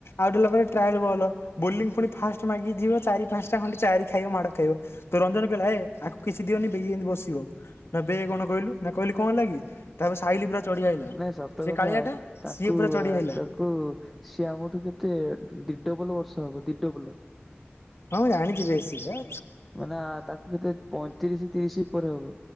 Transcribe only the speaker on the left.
ଆଉଟ୍ ହେଲା ପରେ ଟ୍ରାଏଲ୍ ବଲ୍। ବୋଲିଂ ପୁଣି ଫାଷ୍ଟ ମାଗିକି ଯିବ ଚାରି ପାଞ୍ଚଟା ଖଣ୍ଡେ ଚାରି ଖାଇବ ମାଡ଼ ଖାଇବ। ତ ରଞ୍ଜନ କହିଲା ଏ ଆକୁ କିଛି ଦିଅନି ବ ଏମିତି ବସିବ। ନା ବେ କଣ କହିଲୁ ନା କହିଲି କଣ ହେଲାକି କି ତାପରେ ସାହିଲ୍ ପୁରା ଚଢି ଆଇଲା
ସେ
କାଳିଆ ଟା
ସିଏ ପୁରା ଚଢି
ଆଇଲା
ହଁ ମୁଁ ଜାଣିଛି ବେଶି ହେ